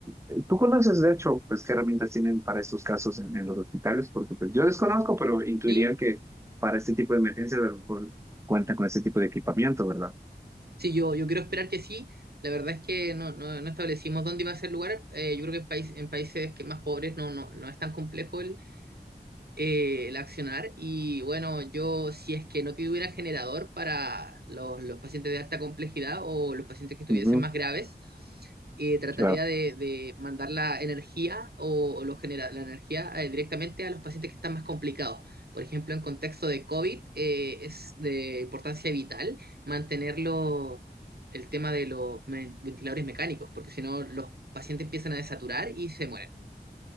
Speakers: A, on the right; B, on the right.
A: eh, tú conoces de hecho, pues qué herramientas tienen para estos casos en, en los hospitales, porque pues yo desconozco, pero intuiría
B: Sí,
A: que para este tipo de emergencias a lo mejor cuentan con este tipo de equipamiento, ¿verdad?
B: Sí, yo, yo quiero esperar que sí. La verdad es que no, no, no establecimos dónde iba a ser el lugar. Eh, yo creo que en, país, en países que más pobres no, no, no es tan complejo el, eh, el accionar y bueno, yo si es que no tuviera generador para los, los pacientes de alta complejidad o los pacientes que estuviesen
A: Ujú,
B: más graves, eh, trataría
A: claro.
B: de, de mandar la energía o, o los genera- la energía eh, directamente a los pacientes que están más complicados. Por ejemplo, en contexto de COVID, eh, es de importancia vital mantenerlo el tema de los me- ventiladores mecánicos, porque si no, los pacientes empiezan a desaturar y se mueren.